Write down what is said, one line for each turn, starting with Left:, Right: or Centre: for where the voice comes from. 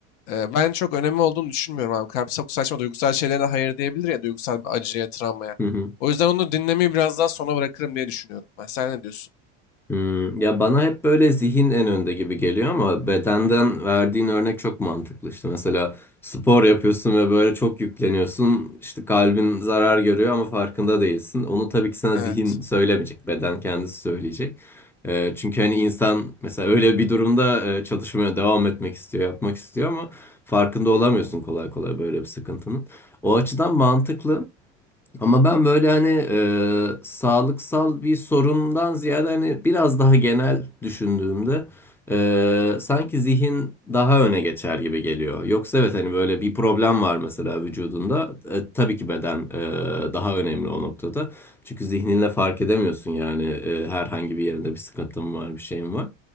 Left: e, ben çok önemli olduğunu düşünmüyorum abi. Kalp çok saçma duygusal şeylere de hayır diyebilir ya duygusal bir acıya, travmaya.
Centre: hı hı.
Left: O yüzden onu dinlemeyi biraz daha sona bırakırım diye düşünüyorum ben. Sen ne diyorsun?
Centre: Hmm, Ya bana hep böyle zihin en önde gibi geliyor ama bedenden verdiğin örnek çok mantıklı. İşte mesela spor yapıyorsun ve böyle çok yükleniyorsun. İşte kalbin zarar görüyor ama farkında değilsin. Onu tabii ki sana
Left: Evet.
Centre: zihin söylemeyecek. Beden kendisi söyleyecek. Ee, çünkü hani insan mesela öyle bir durumda e, çalışmaya devam etmek istiyor, yapmak istiyor ama farkında olamıyorsun kolay kolay böyle bir sıkıntının. O açıdan mantıklı. Ama ben böyle hani e, sağlıksal bir sorundan ziyade hani biraz daha genel düşündüğümde e, sanki zihin daha öne geçer gibi geliyor. Yoksa evet hani böyle bir problem var mesela vücudunda. E, tabii ki beden e, daha önemli o noktada. Çünkü zihninle fark edemiyorsun yani e, herhangi bir yerinde bir sıkıntın var, bir şeyin var.